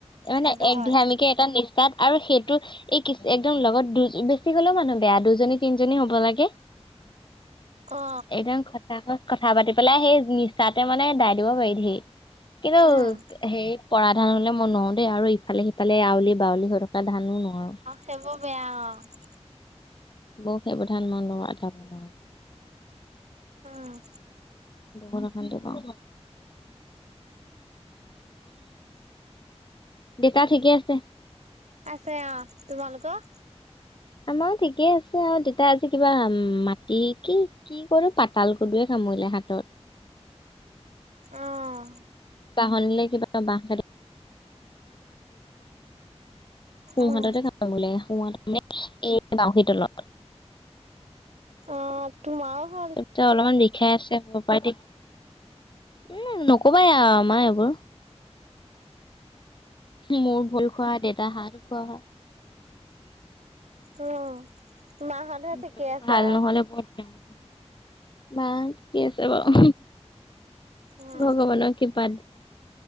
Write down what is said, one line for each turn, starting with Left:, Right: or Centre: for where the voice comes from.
Left: মানে
Right: সেইটো
Left: এক
Right: হয়
Left: ধিয়ানকে এটা নিষ্ঠাত আৰু সেইটো এই কি একদম লগত দু বেছি হ'লেও মানুহ বেয়া দুজনী তিনিজনী হ'ব লাগে।
Right: অ
Left: একদম সঁচা সচ কথা পাতি পেলাই সেই নিচাত তা মানে দাই দিব পাৰি ধেই কিন্তু
Right: উম
Left: সেই পৰা ধানলে মই নো দেই আৰু ইফালে আৱলি বাউলি হৈ থকা ধানো নোৱাৰোঁ।
Right: হেইবোৰ বেয়া অ'।
Left: বৌ শেবধান মন লগ আটাব ম
Right: উম
Left: বৰ অশান্তি পাওঁ। দেউতা ঠিকে আছে?
Right: আছে অ'। তোমালোকৰ?
Left: আমাৰো ঠিকেই আছে আৰু ডেতা আজি কিবা মাটি কি কি কৰো পাতাল গদয়ে খামুৰিলে হাতত।
Right: আহ,
Left: <unintelligible> সোঁহাততে
Right: উম
Left: কাম বলে সোহাত মানে এই বউহীৰ তলত।
Right: অ, তো মাও খ
Left: তাৰপিছত অলপমান বিষাই আছে হ'ব পাৰে দ উম, নকবা আমাৰ এইবোৰ। মোৰ ভৰি খোৱা দেউতা হাঁহো খোৱা হা
Right: উম, মাহঁতহে
Left: বৰটো
Right: ঠিকে আছে
Left: ভাল
Right: আৰু
Left: নহ'লে বৰ বা ঠিকে আছে বাৰু
Right: উম
Left: ভগৱানক। প,